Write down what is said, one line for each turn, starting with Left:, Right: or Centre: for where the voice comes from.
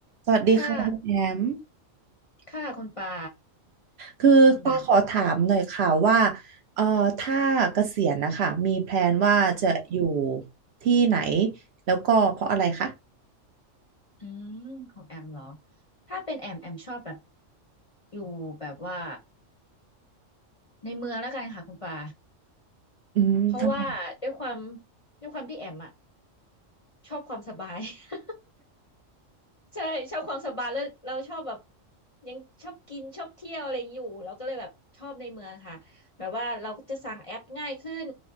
Right: สวัสดีค่ะคุณแอม
Left: ค่าค่าคุณปา
Right: คือตาขอถามหน่อยค่ะว่า
Left: อืม
Right: เอ่อถ้าเกษียณนะคะมีแพลนว่าจะอยู่
Left: อืม
Right: ที่ไหนแล้วก็เพราะอะไรคะ
Left: อืม ของแอมเหรอ ถ้าเป็นแอมแอมชอบแบบอยู่แบบว่าในเมืองแล้วกันค่ะคุณปา
Right: อืมทำไม
Left: เพราะว่าด้วยความด้วยความที่แอมอะชอบความสบาย <laughs> ใช่ชอบความสบายแล้วเราชอบแบบยังชอบกินชอบเที่ยวอะไรอยู่เราก็เลยแบบชอบในเมืองค่ะแบบว่าเราจะสั่งแอปง่ายขึ้น